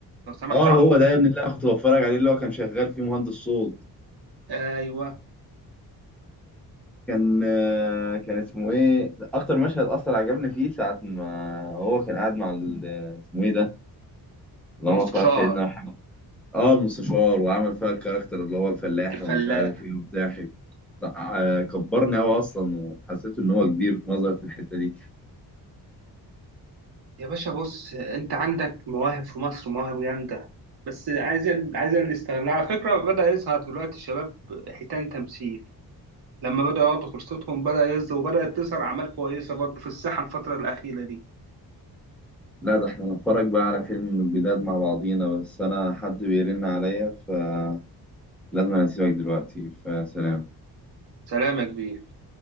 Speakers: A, on the right (about 75°); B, in the centre.
A: لو سمحت
B: اه
A: عنه.
B: هو ده يا ابن اللي انا كنت بتفرج عليه اللي هو كان شغال فيه مهندس صوت
A: ايوه
B: كان آه، كان اسمه ايه اكتر مشهد اصلا عجبني فيه ساعه ما هو كان قاعد مع ال- اسمه ايه ده اللهم
A: المستشار
B: صل على سيدنا محمد اه المستشار وعمل فيها الكاركتر اللي هو الفلاح
A: الفلاح
B: ومش عارف ايه وبتاع آه، كبرني قوي اصلا وحسيت ان هو كبير في نظري في الحته دي
A: يا باشا بص انت عندك مواهب في مصر مواهب جامده بس عايز عايز اللي يستغلها على فكره بدا يظهر دلوقتي الشباب حيتان تمثيل لما بداوا ياخدوا فرصتهم بدا يظهر وبدات تظهر اعمال كويسه برضه في الساحه الفتره الاخيره دي
B: لا ده احنا نتفرج بقى على فيلم من الجداد مع بعضينا بس انا حد بيرن عليا فلازم أنا اسيبك دلوقتي فسلام
A: سلام يا كبير